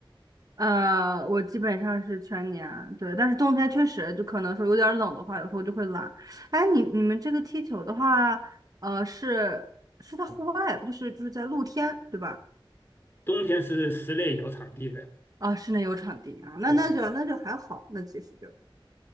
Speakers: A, on the right; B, on the left.
A: 呃，我基本上是全年，对，但是冬天确实就可能说有点儿冷的话，有时候就会懒。哎，你你们这个踢球的话，呃，是是在户外，就是就是在露天，对吧？
B: 冬天是室内有场地的。
A: 啊，室内有场地啊，那那就那就还好，
B: 对。
A: 那其实就